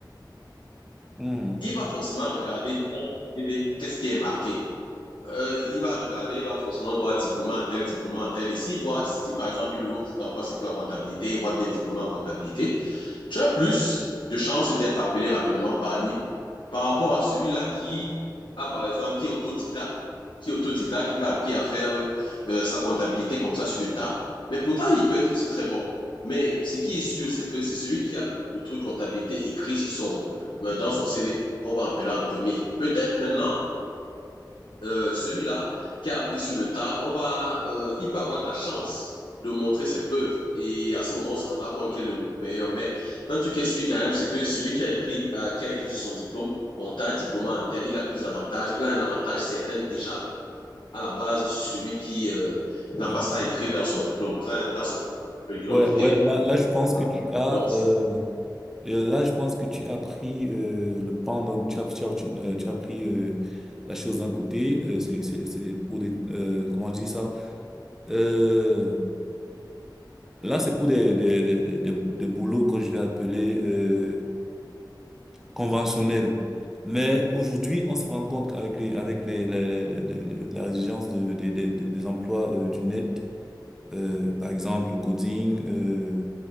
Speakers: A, in the centre; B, on the left.
A: Mhm.
B: il va forcément regarder dans le CV qu'est-ce qui est marqué. euh, il va regarder, il va forcément voir diplômé en tel, diplômé en tel. Et s'il voit, si par exemple l'autre emploi c'est pour la comptabilité, il voit bien diplômé en comptabilité, tu as plus de chances d'être appelé rapidement par lui par rapport à celui-là qui a par exemple, qui est autodidacte, qui est autodidacte, il a appris à faire euh, euh, sa comptabilité comme ça sur le tas, mais pourtant il peut être aussi très bon. Mais ce qui est sûr, c'est que c'est celui qui a le, le truc comptabilité écrit sur son, euh, dans son CV qu'on va appeler en premier. Peut-être maintenant, euh, celui-là qui a appris sur le tas, on va, euh, il peut avoir de la chance de montrer ses preuves. Et à ce moment, on se rendra compte qu'il est le meilleur. Mais un truc qui est sûr quand même, c'est que celui qui a écrit, euh, qui a écrit sur son diplôme, comptable, diplôme en tête, il a plus d'avantages. Il a un avantage certain déjà à la base sur celui qui euh,
A: Ouais
B: n'a pas ça écrit dans son diplôme, euh, dans son curriculum
A: ouais
B: vitae.
A: ouais. Là là, je pense
B: Tu vois?
A: que tu as
B: Donc,
A: euh, Euh, Là, je pense que tu as pris euh, le pendant, tu as, tu as- tu as- euh, tu as pris euh, la chose d'un côté. euh, c'est, c'est, c'est pour des, euh, comment je dis ça? Euh, là, c'est pour des, des, des, des, des- des boulots que je vais appeler euh, conventionnels. Mais aujourd'hui, on se rend compte qu'avec les, avec les, les- les- les- les- la résilience de, des des des- des emplois euh, du net, euh, par exemple, le coding, euh,